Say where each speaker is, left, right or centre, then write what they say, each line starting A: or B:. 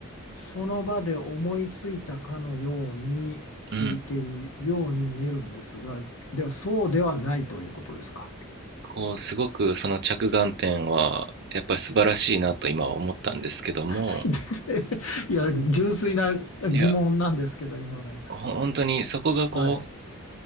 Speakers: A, on the left; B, on the right.
A: う、その場で思いついたかのように弾いてるように見えるんですが、
B: うん
A: ではそうではないということですか。
B: こうすごくその着眼点はやっぱり素晴らしいなと今は思ったんですけども
A: <laughs> いや、純粋な疑問なんですけど、
B: いや
A: 今のは。
B: ほ本当にそこがこう
A: はい、